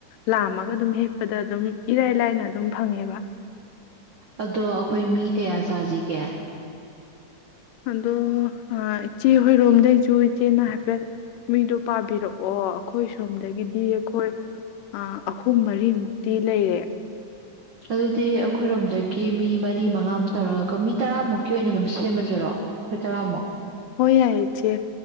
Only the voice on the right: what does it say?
ꯑꯗꯣ ꯑꯩꯈꯣꯏ ꯃꯤ ꯀꯌꯥ ꯁꯥꯁꯤꯒꯦ
ꯑꯗꯨꯗꯤ ꯑꯩꯈꯣꯏꯔꯣꯝꯗꯒꯤ ꯃꯤ ꯃꯔꯤ ꯃꯉꯥꯝ ꯇꯧꯔꯒꯣ ꯃꯤ ꯇꯔꯥꯃꯨꯛꯀꯤ ꯑꯣꯏꯅ ꯑꯗꯨꯝ ꯁꯦꯝꯃꯖꯔꯣ ꯑꯩꯈꯣꯏ ꯇꯔꯥꯃꯨꯛ